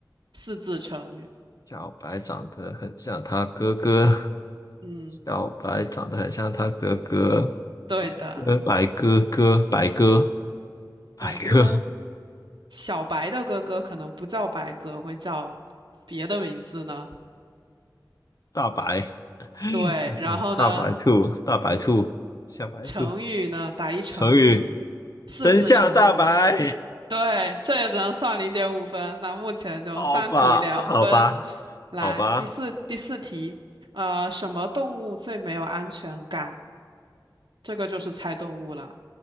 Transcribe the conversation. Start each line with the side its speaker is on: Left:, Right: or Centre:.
Right: 四字成语。
Left: 小白长得很像他哥哥，
Right: 嗯，
Left: 小白长得很像他哥哥，
Right: 对的，
Left: 呃，白哥哥，白哥，白哥，
Right: 白鸽。小白的哥哥可能不叫白鸽，会叫别的名字呢。
Left: 大白，
Right: 对，
Left: 大白，
Right: 然后呢，
Left: 大白兔，大白兔，小白兔，
Right: 成语呢，打一成语，
Left: 成语
Right: 四字成语。
Left: 真相大白，
Right: 对，这也只能算零点五分。那目前就三题两分。
Left: 好吧，好吧，
Right: 来，
Left: 好吧，
Right: 第四第四题，呃，什么动物最没有安全感？这个就是猜动物了。